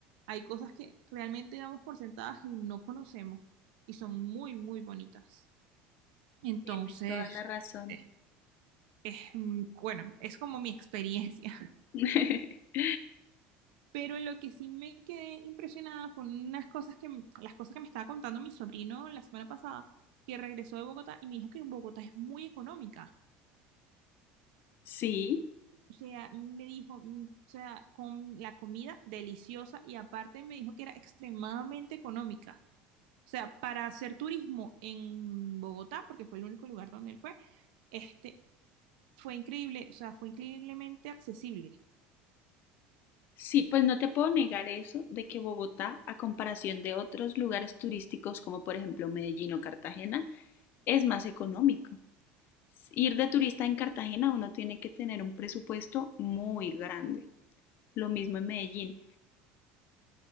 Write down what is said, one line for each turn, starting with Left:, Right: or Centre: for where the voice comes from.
Right: Hay cosas que realmente damos por sentadas y no conocemos y son muy, muy bonitas. Entonces,
Left: tienes toda la razón.
Right: este, es, mm, bueno, es como mi experiencia.
Left: <laughs>
Right: Pero lo que sí me quedé impresionada fue unas cosas que, m- las cosas que me estaba contando mi sobrino la semana pasada, que regresó de Bogotá y me dijo que Bogotá es muy económica.
Left: Sí,
Right: O sea, me dijo, mm, o sea, con la comida deliciosa y aparte me dijo que era extremadamente económica. O sea, para hacer turismo en Bogotá, porque fue el único lugar donde él fue, este, fue increíble, o sea, fue increíblemente accesible.
Left: sí, pues no te puedo negar eso de que Bogotá, a comparación de otros lugares turísticos como por ejemplo Medellín o Cartagena, es más económico. Ir de turista en Cartagena uno tiene que tener un presupuesto muy grande. Lo mismo en Medellín.